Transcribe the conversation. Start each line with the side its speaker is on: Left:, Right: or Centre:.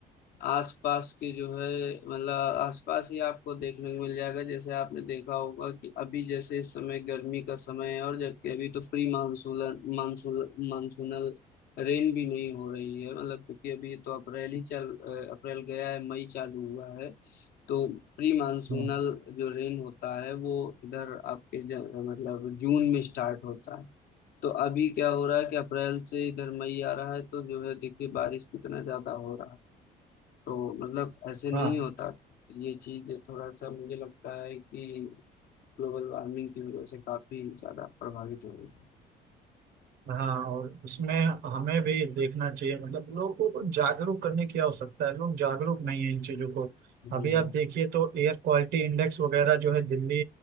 Left: आसपास के जो है मतलब आसपास ही आपको देखने को मिल जाएगा जैसे आपने देखा होगा कि अभी जैसे इस समय गर्मी का समय है और जबकि अभी तो pre monsoonal monsoon monsoonal rain भी नहीं हो रही है मतलब क्योंकि अभी तो अप्रैल ही चल अ, अप्रैल गया है मई चालू हुआ है तो प्री मानसूनल
Right: हाँ
Left: जो रेन होता है वो इधर आपके ज, मतलब जून में स्टार्ट होता है तो अभी क्या हो रहा है कि अप्रैल से इधर मई आ रहा है तो जो है देखिए बारिश कितना ज्यादा हो रहा है तो मतलब ऐसे नहीं
Right: हाँ
Left: होता ये चीज थोड़ा सा मुझे लगता है कि ग्लोबल वार्मिंग की वजह से काफी ज्यादा प्रभावित हो रही है
Right: हाँ और उसमें हमें भी देखना चाहिए मतलब लोगों को जागरूक करने की आवश्यकता है लोग जागरूक नहीं है इन चीजों को
Left: हम्म
Right: अभी आप देखिए तो एयर क्वालिटी इंडेक्स वगैरह जो है दिल्ली